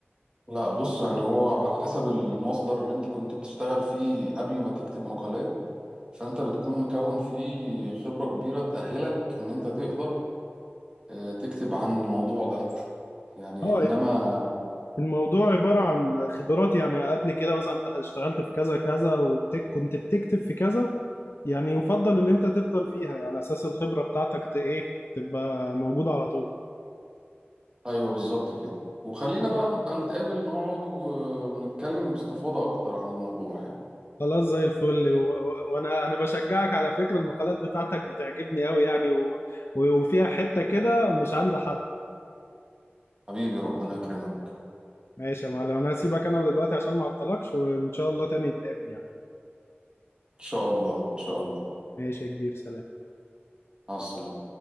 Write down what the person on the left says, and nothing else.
اه
الموضوع عبارة عن خبرات يعني قبل كده مثلا انت اشتغلت في كذا كذا وكنت بتكتب في كذا يعني يفضل ان انت تفضل فيها يعني على اساس الخبرة بتاعتك ت- ايه تبقى موجودة على طول
خلاص زي الفل و- و- وانا انا بشجعك على فكرة المقالات بتاعتك بتعجبني قوي يعني و... و- وفيها حتة كده مش عند حد
ماشي يا معلم انا هسيبك انا دلوقتي عشان ما اعطلكش وان شاء الله تاني نتقابل يعني
ماشي يا كبير سلام